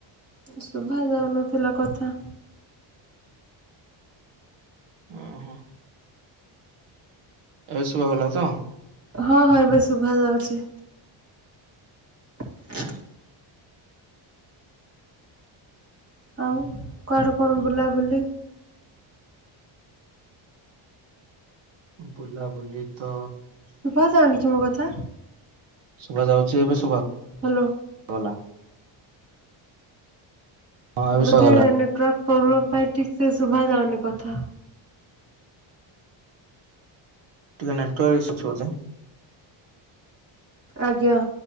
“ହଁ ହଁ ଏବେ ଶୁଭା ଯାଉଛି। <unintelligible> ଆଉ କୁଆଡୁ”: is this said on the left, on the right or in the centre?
Right